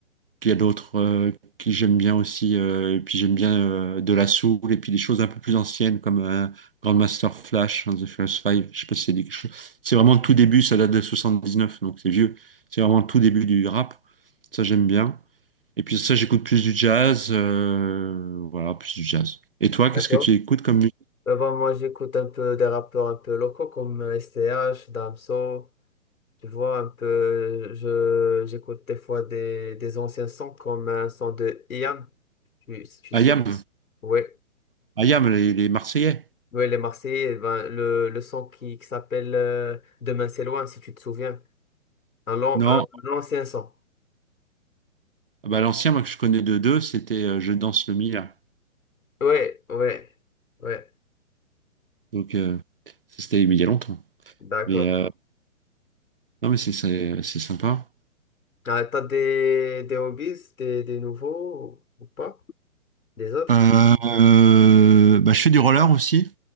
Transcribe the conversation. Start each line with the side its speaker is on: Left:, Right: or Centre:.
Right: Puis il y a d'autres euh, qui j'aime bien aussi. euh, et puis j'aime bien euh, de la soul et puis des choses un peu plus anciennes comme euh, Grandmaster Flash and the First Five. Je sais pas si c'est dit quelque chose. C'est vraiment le tout début, ça date de 79 donc c'est vieux. C'est vraiment le tout début du rap. Ça, j'aime bien. Et puis ça, j'écoute plus du jazz. euh, voilà, plus du jazz. Et toi, qu'est-ce
Left: D'accord.
Right: que tu écoutes comme musique?
Left: Euh, ben, moi, j'écoute un peu des rappeurs un peu locaux comme euh, STH, Damso. Tu vois, un peu, je, j'écoute des fois des, des anciens sons comme un son de Ian, tu, tu
Right: Ayam,
Left: sais. Oui.
Right: Ayam, les, les Marseillais.
Left: Ouais, les Marseillais, eh ben, le, le son qui, qui s'appelle euh, Demain c'est loin, si tu te souviens. Un long,
Right: Non,
Left: un, un ancien son.
Right: Ah bah, l'ancien, moi, que je connais de deux, c'était euh, Je danse le Mila.
Left: Ouais, ouais, ouais,
Right: Donc, euh, ça, c'était mais il y a longtemps.
Left: d'accord.
Right: Mais euh, Non, mais c'est c'est- c'est sympa.
Left: Ah, t'as des, des hobbies, des, des nouveaux ou ou pas? Des autres?
Right: Euh, euh, bah, je fais du roller aussi.